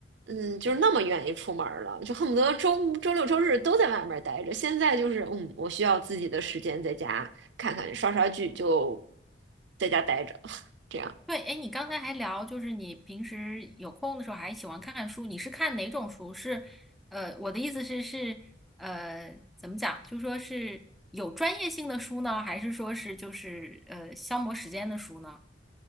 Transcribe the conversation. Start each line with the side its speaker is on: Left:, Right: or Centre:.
Right: 嗯，就是那么愿意出门儿了，就恨不得周周六周日都在外面儿待着。现在就是，嗯，我需要自己的时间在家看看刷刷剧，就在家待着，<laughs> 这样。
Centre: 对，哎，你刚才还聊，就是你平时有空的时候还喜欢看看书，你是看哪种书？是，呃，我的意思是是，呃，怎么讲？就说是有专业性的书呢，还是说是就是呃消磨时间的书呢？